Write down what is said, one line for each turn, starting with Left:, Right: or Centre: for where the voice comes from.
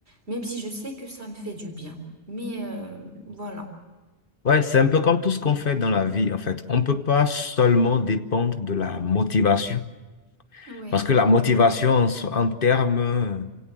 Right: même si je sais que ça me fait du bien. Mais euh, voilà.
Left: ouais, c'est un peu comme tout ce qu'on fait dans la vie, en fait. On ne peut pas seulement dépendre de la motivation.
Right: Oui,
Left: Parce que la motivation, en, so- en termes